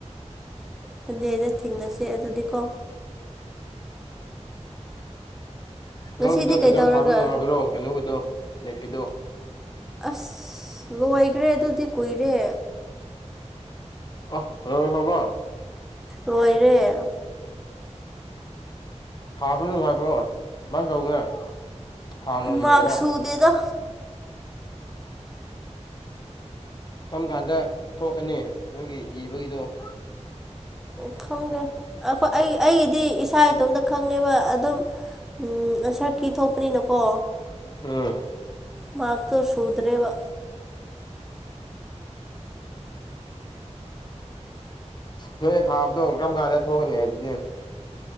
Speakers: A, in the centre; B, on the left (about 35°).
A: ꯁꯟꯗꯦꯗ ꯊꯦꯡꯅꯁꯦ ꯑꯗꯨꯗꯤ ꯀꯣ ꯉꯁꯤꯗꯤ
B: ꯅꯣꯏꯒꯤꯗꯣ ꯑꯦꯛꯖꯥꯝ
A: ꯀꯩꯗꯧꯔꯒ
B: ꯊꯥꯕ ꯅꯨꯡꯉꯥꯏꯕ꯭ꯔꯣ ꯀꯩꯅꯣꯒꯤꯗꯣ ꯅꯤꯠꯀꯤꯗꯣ
A: ꯑꯁ ꯂꯣꯏꯈ꯭ꯔꯦ ꯑꯗꯨꯗꯤ ꯀꯨꯏꯔꯦ
B: ꯑ ꯍꯣꯏ ꯍꯕ
A: ꯂꯣꯏꯔꯦ
B: ꯊꯥꯕ꯭ꯔ ꯅꯨꯡꯉꯥꯏꯕ꯭ꯔꯣ ꯀꯃꯥꯏꯅ ꯇꯧꯒꯦ ꯍꯥꯟꯅꯅꯋꯦꯗꯀ
A: ꯃꯥꯛ ꯁꯨꯗꯦꯗ
B: ꯀꯔꯝ ꯀꯥꯟꯗ ꯊꯣꯛꯀꯅꯤ ꯅꯣꯏꯒꯤ ꯏꯕꯒꯤꯗꯣ
A: ꯎ ꯈꯪꯗꯦ ꯑꯩꯈꯣꯏ ꯑꯩ ꯑꯩꯒꯤꯗꯤ ꯏꯁꯥ ꯏꯇꯣꯝꯇ ꯈꯪꯉꯦꯕ ꯑꯗꯨꯝ ꯎꯝ ꯁꯔꯠꯀꯤ ꯊꯣꯛꯄꯅꯤꯅꯀꯣ
B: ꯎꯝ
A: ꯃꯥꯒꯤꯛꯇꯣ ꯁꯨꯗ꯭ꯔꯦꯕ
B: ꯅꯣꯏꯅ ꯊꯥꯕꯗꯣ ꯀꯔꯝ ꯀꯥꯟꯗ ꯊꯣꯛꯣꯡꯀꯅꯤ ꯍꯥꯏ ꯑꯗꯨꯗꯤ